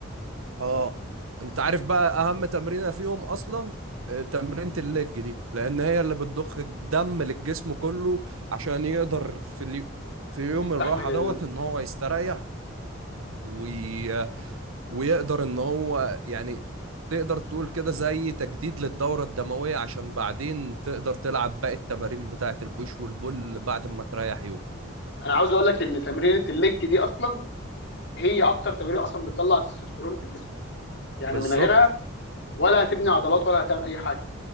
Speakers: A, on the right (about 80°); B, on the left (about 55°).
A: اه انت عارف بقى اهم تمرينه فيهم اصلا آه، تمرينة الليج دي لان هي اللي بتضخ الدم للجسم كله عشان يقدر في الي... في يوم
B: يستحمل
A: الراحه
B: ال...
A: دوت ان هو يستريح
B: اه
A: وي... ويقدر ان هو يعني تقدر تقول كده زي تجديد للدورة الدموية عشان بعدين تقدر تلعب باقي التمارين بتاعت البوش والبول بعد ما تريح يوم
B: انا عاوز اقول لك ان تمرينه الليج دي اصلا هي اكتر تمرينه اصلا بتطلع تستوستيرون في الجسم يعني
A: بالظبط
B: من غيرها ولا هتبني عضلات ولا هتعمل اي حاجه